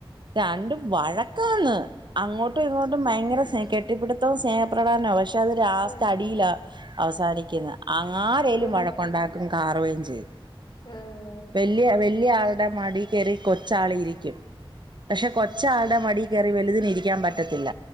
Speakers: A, on the right (about 55°); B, on the left (about 55°).
A: രണ്ടും വഴക്കാന്ന് അങ്ങോട്ടും ഇങ്ങോട്ടും ഭയങ്കര സ്നെ കെട്ടിപ്പിടുത്ത മൊത്തോം സ്നേഹപ്രകടന പക്ഷെ അത് ലാസ്റ്റ്
B: ആഹ്
A: അടിയിലാ അവസാനിക്കുന്നേ ആരേലും
B: ആഹ്
A: വഴക്കുണ്ടാക്കും കാറുകയും ചെയ്യും
B: ആഹ്
A: വല്യ വല്യ ആളുടെ മടി കയറി കൊച്ചാള് ഇരിക്കും പക്ഷെ കൊച്ചാളുടെ മടി കയറി വലുതിന് ഇരിക്കാൻ പറ്റത്തില്ല